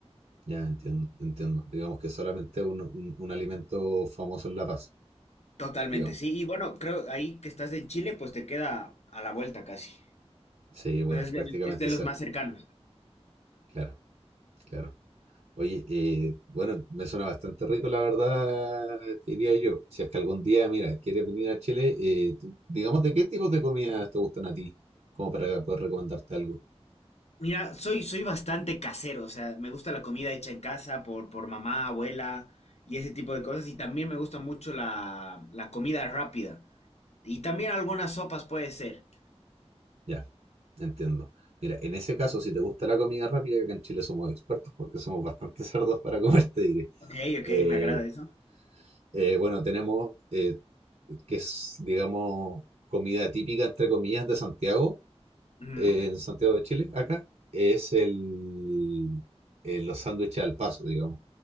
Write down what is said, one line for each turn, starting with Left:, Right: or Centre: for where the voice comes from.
Right: Ya entiendo, entiendo. Digamos que solamente un, un, un alimento famoso en La Paz,
Left: Totalmente,
Right: digamos.
Left: sí, y bueno, creo ahí que estás en Chile, pues te queda a la vuelta casi.
Right: Sí, bueno,
Left: O sea, Es
Right: prácticamente
Left: de, es de
Right: cerca.
Left: los más cercanos.
Right: Claro, claro. Oye, eh, bueno, me suena bastante rico, la verdad, te diría yo. Si es que algún día, mira, quieres venir a Chile, eh, te- digamos, ¿de qué tipos de comidas te gustan a ti? Como para poder recomendarte algo.
Left: Mira, soy, soy bastante casero, o sea, me gusta la comida hecha en casa por, por mamá, abuela y ese tipo de cosas. Y también me gusta mucho la, la comida rápida. Y también algunas sopas puede ser.
Right: Ya, entiendo. Mira, en ese caso, si te gusta la comida rápida, que acá en Chile somos expertos porque somos bastante <laughs> cerdos para comer, te diré.
Left: Ok, ok,
Right: Eh,
Left: me agrada eso.
Right: Eh, bueno, tenemos eh, que es, digamos, comida típica, entre comillas, de Santiago,
Left: Ujú.
Right: eh, en Santiago de Chile, acá, es el, eh, los sándwiches al paso, digamos.